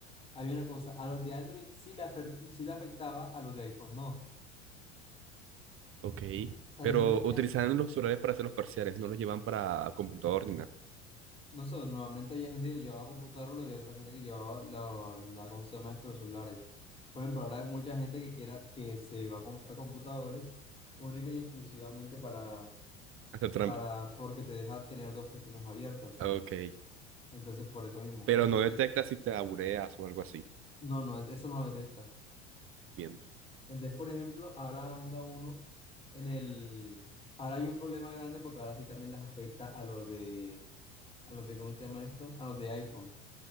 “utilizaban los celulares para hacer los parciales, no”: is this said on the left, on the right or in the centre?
Right